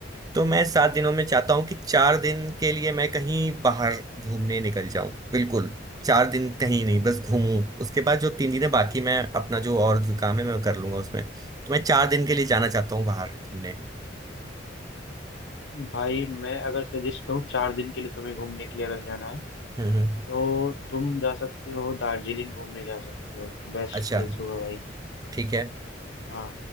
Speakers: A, on the right; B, on the left.
A: तो मैं सात दिनों में चाहता हूँ कि चार दिन के लिए मैं कहीं बाहर घूमने निकल जाऊं बिल्कुल चार दिन कहीं नहीं बस घूमूं उसके बाद जो तीन दिन है बाकी मैं अपना जो और जो काम है मैं कर लूंगा उसमें तो मैं चार दिन के लिए जाना चाहता हूँ बाहर घूमने
B: भाई मैं अगर सजेस्ट करूँ चार दिन के लिए तुम्हें घूमने के लिए अगर जाना है
A: हम्म हम्म,
B: तो तुम जा सकते हो दार्जिलिंग घूमने जा सकते हो बेस्ट
A: अच्छा
B: प्लेस होगा भाई
A: ठीक है
B: हाँ